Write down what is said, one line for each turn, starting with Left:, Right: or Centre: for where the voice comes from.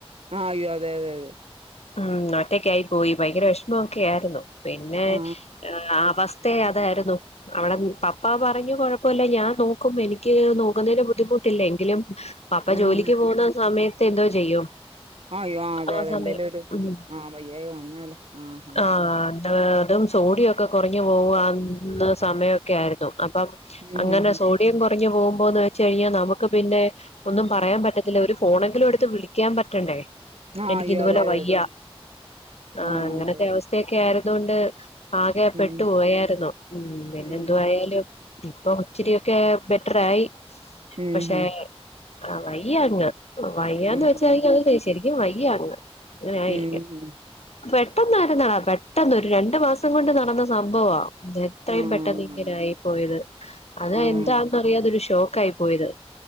Right: ആഹ് അയ്യോ അതെ അതെ അതെ
Left: ഉം ഒറ്റക്കായി പോയി ഭയങ്കര വിഷമൊക്കെ ആയിരുന്നു പിന്നെ
Right: ആ
Left: അവ സ്ഥേ അതായിരുന്നു അവിടെ പപ്പാ പറഞ്ഞു കൊഴപ്പം ഇല്ല ഞാൻ നോക്കും എനിക്ക് നോക്കുന്നതിന് ബുദ്ധിമുട്ടില്ല എങ്കിലും പപ്പ
Right: ഉം
Left: ജോലിക്ക് പോകുന്ന സമയത്ത് എന്തോ ചെയ്യും
Right: ആഹ് യ്യോ അതെ
Left: ആ
Right: അതെ
Left: സമയം
Right: എന്തേലും ഒരു
Left: ഉം
Right: ആഹ് വയ്യായ്ക വന്നാല് ആ ആ
Left: ആഹ് എന്താ അതും സോഡിയൊക്കെ കുറഞ്ഞു പോകന്ന് സമയൊക്കെ ആയിരുന്നു അപ്പം
Right: ഉം
Left: അങ്ങനെ
Right: ഉം
Left: സോഡിയം കുറഞ്ഞ് പോകുമ്പോന്ന് വെച്ച് കഴിഞ്ഞാൽ നമ്മക്ക് പിന്നെ ഒന്നും പറയാൻ പറ്റത്തില്ല ഒരു ഫോണെങ്കിലും എടുത്ത് വിളിക്കാൻ പറ്റണ്ടേ
Right: ഉം ആ
Left: എനിക്ക്
Right: അയ്യോ
Left: ഇത്
Right: അതെ
Left: പോലെ
Right: അതെ
Left: വയ്യ
Right: അതെ
Left: ആഹ്
Right: ആ
Left: അങ്ങനത്തെ
Right: അതെ
Left: അവസ്ഥയൊക്കെ ആയിരുന്നൊണ്ട് ആകെ പെട്ടു
Right: ഉം
Left: പോയായിരുന്നു ഉം പിന്നെ
Right: ഉം
Left: എന്തു ആയാലും ഇപ്പൊ ഒച്ചിരിയൊക്കെ ബെറ്ററായി
Right: ഉം ഉം ഉം
Left: പക്ഷെ ആഹ് വയ്യങ്ങ് വയ്യാന്ന്
Right: ഉം
Left: വെച്ച് കഴിഞ്ഞാ അങ്ങ് ശരിക്കും വയ്യങ്ങ് അങ്ങനെ ആയി
Right: ഉം ഉം
Left: പെട്ടെന്നായിരുന്നടാ പെട്ടെന്ന് ഒരു രണ്ട് മാസം കൊണ്ട് നടന്ന സംഭവാ എത്രയും
Right: ഉം
Left: പെട്ടെന്ന് ഇങ്ങനെയായി പോയത് അത്
Right: ആ
Left: എന്താന്നറിയാതൊരു
Right: ആ
Left: ഷോക്കായി പോയത്